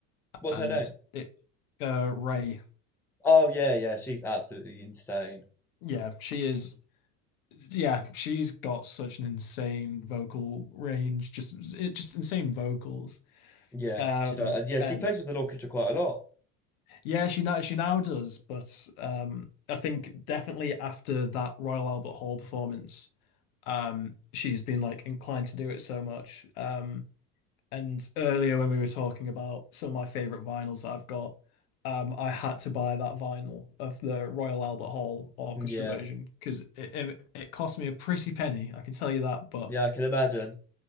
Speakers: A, in the centre; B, on the left.
A: What's
B: And
A: her name?
B: it, uh, Ray,
A: Oh yeah, yeah. She's absolutely insane.
B: yeah, she is, yeah, she's got such an insane vocal range, just, it, just insane vocals.
A: Yeah,
B: Um,
A: she does. And yeah,
B: and
A: she plays with an orchestra quite a lot.
B: Yeah, she now she now does, but um, I think definitely after that Royal Albert Hall performance, um, she's been like inclined to do it so much. Um, and earlier when we were talking about some of my favorite vinyls that I've got, um, I had to buy that vinyl of the Royal Albert Hall orchestra
A: Mm, Yeah,
B: version because it, it it cost me a pretty penny, I can tell you that. But
A: yeah. I can imagine.